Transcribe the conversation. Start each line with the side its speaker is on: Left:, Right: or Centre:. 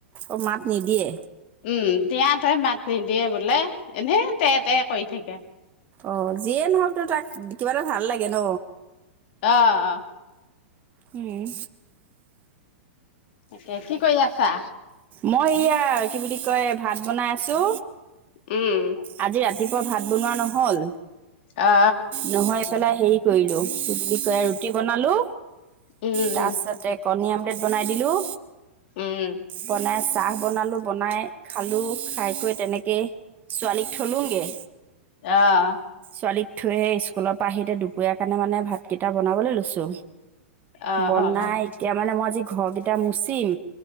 Right: অ' মাত নিদিয়ে?
Left: উম দিয়া তে মাত নিদিয়ে বোলে এনেই তে তে কৰি থাকে
Right: অ' যিয়ে নহওক তো তাক কিবা এটা ভাল লাগে ন?
Left: আহ আহ।
Right: উম
Left: তাকে কি কৰি আছা?
Right: মই এয়া কি বুলি কয় ভাত বনাই আছো।
Left: উম।
Right: আজি ৰাতিপুৱা ভাত বনোৱা নহ'ল।
Left: অ
Right: নহয়ফেলা হেই কৰিলো, কি বুলি কয় ৰুটি বনালো।
Left: উম
Right: তাৰছতে কণী আমলেট বনাই দিলোঁ।
Left: উম
Right: বনাছ চাহ বনালো বনাই খালো খাই কৰি তেনেকেই ছোৱালীক থলোঁগৈ।
Left: অহ।
Right: ছোৱালীক থৈ আহে স্কুলৰ পৰা আহিতে দুপৰীয়া কাৰণে মানে ভাতকেইটা বনাবলৈ লৈছো।
Left: অ
Right: বনাই
Left: অ
Right: এতিয়া মানে মই যে হয় এয়া মচিম